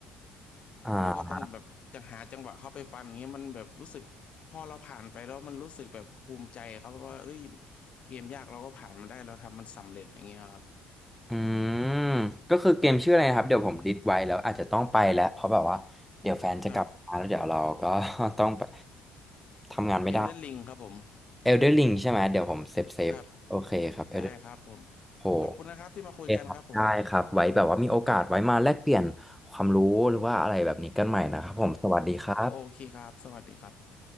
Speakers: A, in the centre; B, on the left (about 50°).
A: อ่า
B: แล้วก็ต้องแบบจะหาจังหวะเข้าไปฟันเงี้ยมันแบบรู้สึกพอเราผ่านไปแล้วมันรู้สึกแบบภูมิใจครับว่าเอ้ยเกมยากเราก็ผ่านมันได้เราทำมันสำเร็จอย่างเงี้ยครั
A: อืมก็คือเกมชื่ออะไรนะครับเดี๋ยวผมลิสต์ไว้แล้วอาจจะต้องไปแล้วเพราะแบบว่าเดี๋ยวแฟนจะกลับมาแล้วเดี๋ยวเราก็
B: บ
A: <laughs> ต้องไปทำงานไม่ได้
B: เอลเดนลิงครับผม
A: Elder Ring ใช่ไหมเดี๋ยวผมเซฟเซฟโอเคครับ
B: ครับ ได้ครับผม
A: Elder โห
B: ขอบคุณนะครับที่มาคุยกันครับผม
A: โอเคครับได้ครับไว้แบบว่ามีโอกาสไว้มาแลกเปลี่ยนความรู้หรือว่าอะไรแบบนี้กันใหม่นะครับผมสวัสดีครับ
B: โอเคครับ สวัสดีครับ